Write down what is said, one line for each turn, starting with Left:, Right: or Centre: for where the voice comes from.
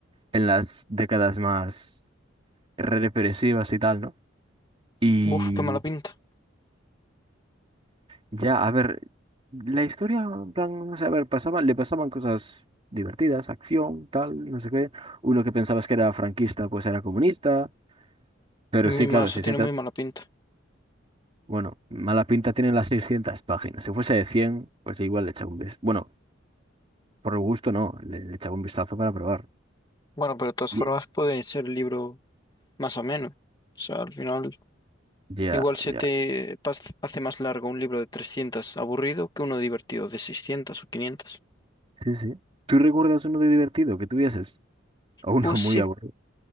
Right: en las décadas más represivas y tal, ¿no? Y
Left: Uf, qué mala pinta.
Right: ya, a ver, la historia, en plan, no sé, a ver, pasaban, le pasaban cosas divertidas, acción, tal, no sé qué. Uno que pensabas que era franquista, pues era comunista, pero
Left: Mi
Right: sí,
Left: mazo
Right: claro, 600,
Left: tiene muy mala pinta.
Right: bueno, mala pinta tienen las 600 páginas. Si fuese de 100 pues igual le echa un beso. Bueno, Por gusto no, le, le echaba un vistazo para probar.
Left: Bueno, pero de todas
Right: Ye-
Left: formas puede ser libro más o menos. O sea, al final,
Right: Ya,
Left: igual se
Right: ya.
Left: te pas- hace más largo un libro de 300 aburrido que uno divertido de 600 o 500.
Right: Sí, sí. ¿Tú recuerdas uno de divertido que tuvieses? O uno
Left: Pues
Right: muy
Left: sí,
Right: aburrido.